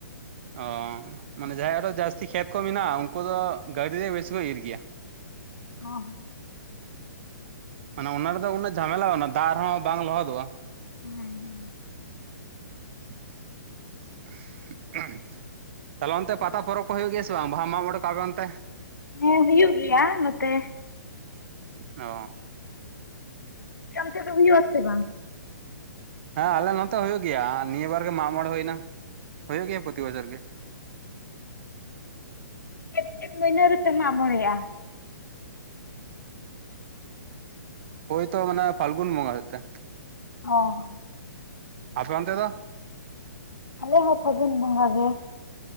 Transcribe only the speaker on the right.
ᱚ ᱢᱟᱱᱮ ᱡᱟᱦᱟᱸᱭᱟᱜ ᱟᱨᱦᱚ ᱡᱟᱹᱥᱛᱤ ᱠᱷᱮᱛ ᱠᱚ ᱢᱮᱱᱟᱜᱼᱟ ᱩᱱᱠᱩ ᱫᱚ ᱜᱟᱹᱰᱤ ᱛᱮ ᱵᱮᱥᱤ ᱠᱚ ᱤᱨ ᱜᱮᱭᱟ᱾
ᱢᱟᱱᱮ ᱚᱱᱟ ᱨᱮᱫᱚ ᱩᱱᱟᱹᱜ ᱡᱷᱟᱢᱮᱞᱟ ᱚᱱᱟ ᱫᱟᱜ ᱨᱮᱦᱚᱸ ᱵᱟᱝ ᱞᱚᱦᱚᱫᱚᱜᱼᱟ᱾
<unintelligible> ᱛᱟᱦᱚᱞᱮ ᱚᱱᱛᱮ ᱯᱟᱛᱟ ᱯᱚᱨᱚᱵᱽ ᱠᱚ ᱦᱳᱭᱳᱜ ᱜᱮᱭᱟ ᱥᱮ ᱵᱟᱝ ᱵᱟᱦᱟ ᱢᱟᱜ ᱢᱚᱸᱬᱮ ᱠᱚ ᱟᱯᱮ ᱚᱱᱛᱮ?
ᱚ
ᱦᱮᱸ ᱟᱞᱮ ᱱᱚᱛᱮ ᱦᱚᱸ ᱦᱳᱭᱳᱜ ᱜᱮᱭᱟ ᱱᱤᱭᱟᱹ ᱵᱟᱨ ᱜᱮ ᱢᱟᱜ ᱢᱚᱬᱮ ᱦᱳᱭ ᱮᱱᱟ ᱦᱩᱭᱩᱜ ᱜᱮᱭᱟ ᱯᱨᱚᱛᱤ ᱵᱚᱪᱷᱚᱨ ᱜᱮ᱾
ᱳᱭ ᱛᱚ ᱢᱟᱱᱮ ᱯᱷᱟᱞᱜᱩᱱ ᱵᱚᱸᱜᱟ ᱥᱮ ᱛᱮ
ᱟᱯᱮ ᱚᱱᱛᱮ ᱫᱚ